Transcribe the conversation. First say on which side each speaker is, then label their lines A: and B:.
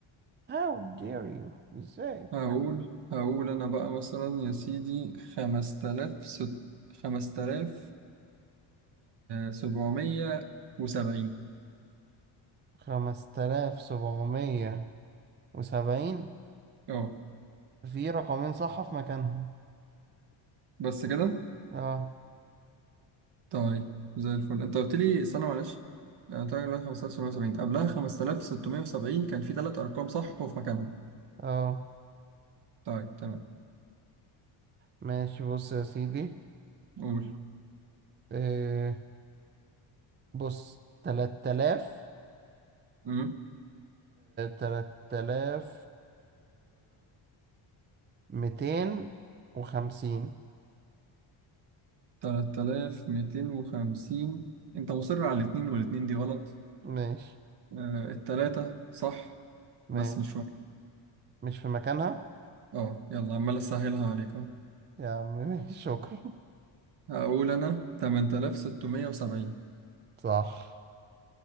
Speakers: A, on the right; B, on the right.
A: How dare you إزاي
B: هقول هقول أنا بقى مثلا يا سيدي خمسة آلاف ست خمسة آلاف سبعمية وسبعين
A: خمسة آلاف سبعمية وسبعين
B: أه
A: في رقمين صح في مكانهم
B: بس كده
A: اه
B: طيب زي الفل انت قلت لي استنى معلش آه، طيب لا 5770 قبلها 5670 كان في ثلاث ارقام صح وفي مكانها
A: اه
B: طيب تمام
A: ماشي بص يا سيدي
B: قول
A: إيه بص تلات آلاف
B: امم
A: تلات آلاف ميتين وخمسين
B: 3250 انت مصر على الاثنين والاثنين دي غلط
A: ماشي
B: آه الثلاثة صح
A: ماشي
B: بس مش فاكر
A: مش في مكانها
B: اه يلا عمال اسهلها عليك اهو
A: يا عم ماشي شكرا
B: هقول انا 8670
A: <laughs> صح